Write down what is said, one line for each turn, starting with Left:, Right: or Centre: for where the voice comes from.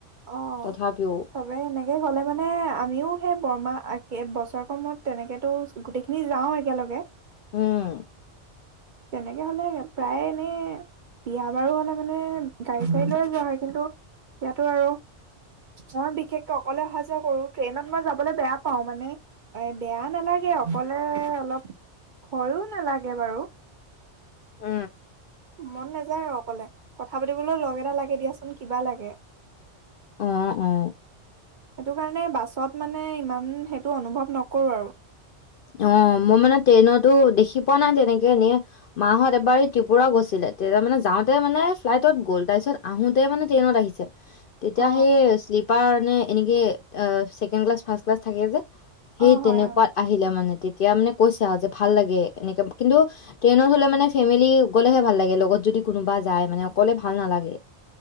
Right: অ
Left: তথাপিও।
Right: চবে এনেকে গলে মানে আমিও সেই বৰমাহ বছৰ ক মূত তেনেকেতো গোটেইখিনি যাও একেলগে।
Left: উম।
Right: তেনেকে হলে প্ৰায় এনেই বিয়া বাৰু হলে মানে গাড়ী চাড়ী লৈ যোৱা হয় কিন্তু ইয়াতো আৰু মই বিশেষকে অকলে অহা যোৱা কৰো ট্ৰেইনত মই যাবলৈ বেয়া পাও মানে এ বেয়া নালাগ এই অকলে অলপ ভয়ো নালাগে বাৰু।
Left: উ
Right: মন নাযায় আৰু অকলে কথা পাতিবলৈ লগ এটা লাগে দিয়াচোন কিবা লাগে।
Left: অ অ
Right: সেইটো কাৰণে বাছত মানে ইমান সেইটো অনুভৱ নকৰোঁ আৰু।
Left: অ মই মানে ট্ৰেইনতো দেখি পোৱা নাই তেনেকে এনে মাহত এবাৰ ত্ৰিপুৰা গৈছিলে তেতিয়া মানে যাওঁতে মানে ফ্লাইটত গ'ল তাৰপিছত আহোতে মানে ট্ৰেইনত আহিছে। তেতিয়া
Right: অ
Left: সেই শ্লিপাৰ নে এনেকে ছেকেণ্ড ক্লাছ ফাৰ্ষ্ট ক্লাছ থাকে যে সেই
Right: অ
Left: তেনেকুৱা
Right: হয় অ
Left: আহ মানে তেতিয়া মানে কৈছে যে ভাল লাগে এনেকে কিন্তু ট্ৰেইনত হলে মানে ফেমিলি গ'লেহে ভাল লাগে। লগত যদি কোনোবা যায় মানে অকলে ভাল নালাগে,